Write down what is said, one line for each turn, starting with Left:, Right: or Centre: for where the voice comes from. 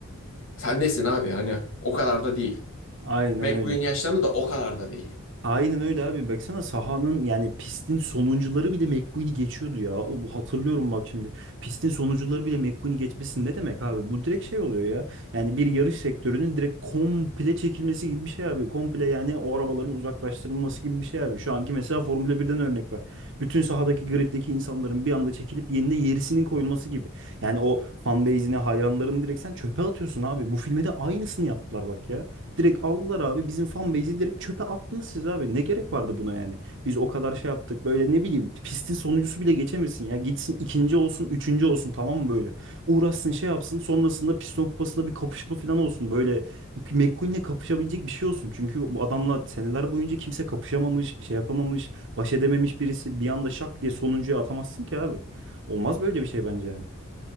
Left: Sen nesin abi hani o kadar da değil.
Right: Aynen
Left: McQueen
Right: öyle.
Left: yaşlandı da o kadar da değil.
Right: Aynen öyle abi. Baksana sahanın yani pistin sonuncuları bile McQueen'i geçiyordu ya. O- Hatırlıyorum bak şimdi. Pistin sonuncuları bile McQueen'i geçmesi ne demek abi? Bu direkt şey oluyor ya. Yani bir yarış sektörünün direkt komple çekilmesi gibi bir şey abi. Komple yani o arabaların uzaklaştırılması gibi bir şey abi. Şu anki mesela Formula 1'den örnek var. Bütün sahadaki griddeki insanların bir anda çekilip yerine yerisinin koyulması gibi. Yani o fan base'ine hayranlarını direkt sen çöpe atıyorsun abi. Bu filme de aynısını yaptılar bak ya. Direkt aldılar abi. Bizim fan base'i direkt çöpe attınız siz abi. Ne gerek vardı buna yani? Biz o kadar şey yaptık. Böyle ne bileyim pistin sonuncusu bile geçemesin ya. Gitsin ikinci olsun, üçüncü olsun tamam mı böyle? Uğraşsın şey yapsın. Sonrasında piston kupasında bir kapışma falan olsun. Böyle McQueen'le kapışabilecek bir şey olsun. Çünkü bu adamla seneler boyunca kimse kapışamamış, şey yapamamış, baş edememiş birisi. Bir anda şak diye sonuncuya atamazsın ki abi. Olmaz böyle bir şey bence yani.